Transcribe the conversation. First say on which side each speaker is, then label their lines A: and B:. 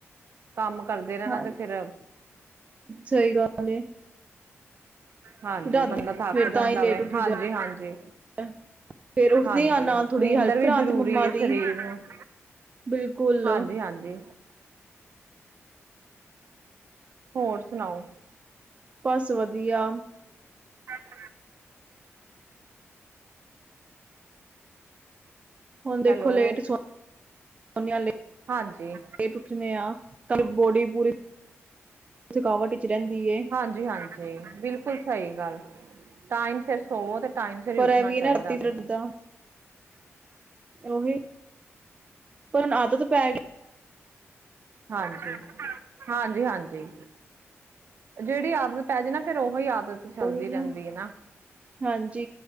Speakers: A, on the right; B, on the right.
A: ਕੰਮ ਕਰਦੇ ਰਹਿਣਾ
B: ਹਾਂਜੀ
A: ਤੇ ਫੇਰ
B: ਸਹੀ ਗੱਲ ਏ।
A: ਹਾਂਜੀ
B: ਰਾਤੀ
A: ਬੰਦਾ ਥੱਕ
B: ਫਿਰ
A: ਜਾਂਦਾ
B: ਤਾਂ ਹੀ ਲੇਟ
A: ਵੇ
B: ਉੱਠੀ
A: ਹਾਂਜੀ
B: ਦਾ
A: ਹਾਂਜੀ
B: ਏ। <inaudible> ਫੇਰ ਉੱਠਦੀ
A: ਹਾਂਜੀ
B: ਆ ਨਾ ਥੋੜ੍ਹੀ
A: ਨੀਂਦਰ
B: ਹੈਲਪ
A: ਵੀ
B: ਕਰਾ
A: ਜ਼ਰੂਰੀ
B: ਤੇ ਮੰਮਾ
A: ਹੈ
B: ਦੀ
A: ਸਰੀਰ ਨੂੰ
B: ਬਿਲਕੁਲ
A: ਹਾਂਜੀ ਹਾਂਜੀ ਹੋਰ ਸੁਣਾਓ।
B: ਬਸ ਵਧੀਆ
A: <unintelligible>
B: ਹੁਣ ਦੇਖੋ
A: ਹੈਲੋ
B: ਲੇਟ ਸੋੋਣੇ <inaudible> ਲੇਟ
A: ਹਾਂਜੀ
B: ਉਠਣੇ ਆ ਤਾਨੂੰ ਬੋਡੀ ਪੂਰੀ ਥਕਾਵਟ ਵਿਚ ਰਹਿੰਦੀ ਏ
A: ਹਾਂਜੀ ਜੀ ਹਾਂਜੀ ਬਿਲਕੁਲ ਸਹੀ ਗੱਲ ਟਾਈਮ ਸਿਰ ਸੋਵੋ ਤੇ ਟਾਈਮ ਸਿਰ ਹੀ
B: ਪਰ
A: ਉੱਠਣਾ
B: ਇਹ ਵੀ
A: ਚਾਹੀਦਾ
B: ਨਾ ਰਾਤੀ
A: ਵੇ।
B: ਫਿਰ ਏਦਾਂ ਉਹੀ ਪਰ ਆਦਤ ਪੈ ਗਈ।
A: ਹਾਂਜੀ -ਹਾਂਜੀ -ਹਾਂਜੀ। ਜਿਹੜੀ ਆਦਤ ਪੈ ਜਾ ਨਾ ਫੇਰ ਉਹੀ ਆਦਤ ਚੱਲਦੀ
B: ਕੋਈ ਨਾ
A: ਰਹਿੰਦੀ ਹੈ
B: ਹਾਂਜੀ